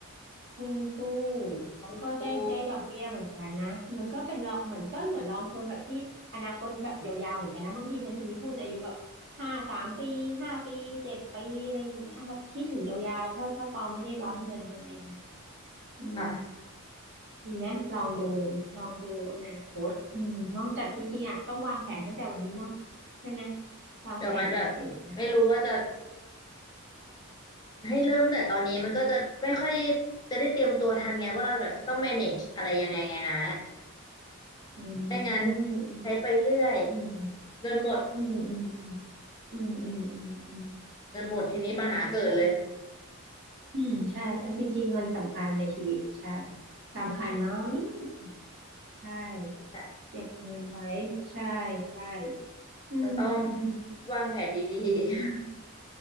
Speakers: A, on the right (about 60°); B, on the left (about 20°).
A: หุ้นกู้
B: ลองดู
A: ก็ได้ได้ดอกเบี้ยเหมือนกันนะมันก็เป็นลองเหมือนก็เหมือนลองเทอมแบบที่อนาคตแบบยาวๆเหมือนกันนะบางทีมันจะมีหุ้นอายุแบบห้าสามปีห้าปีเจ็ดปีอะไรอย่างเงี้ยแบบที่ถือยาวๆถ้าถ้าปอไม่ได้ร้อนเงินอะไรอย่างเงี้ย อืม
B: ค่ะ
A: ดีไหมลองดูลองดูอนาคตอืมเนอะแต่จริงๆอ่ะต้องวางแผนตั้งแต่วันนี้เนาะใช่ไหมวางแผนเกษียณอ่ะ
B: เดี๋ยวมันแบบไม่รู้ว่าจะให้เริ่มแต่ตอนนี้มันก็จะไม่ค่อยจะได้เตรียมตัวทันไงว่าเราแบบจะต้อง manage อะไรยังไงไงนะ
A: อื
B: ไม่งั้น
A: มอืม
B: ใช้ไปเรื่อย
A: อืม
B: เงินหมด
A: อืมอืมอืมอืมอืมอืมอืมอืม
B: เงินหมดทีนี้ปัญหาเกิดเลย
A: ใช่ใช่อืมใช่เอันจริงๆเงินสำคัญในชีวิตใช่สำคัญมากใช่
B: แบบ
A: เก็บเงินไว้ใช่ใช่อืมอืม
B: จะต้องจะต้องวางแผนดีๆ
A: อืม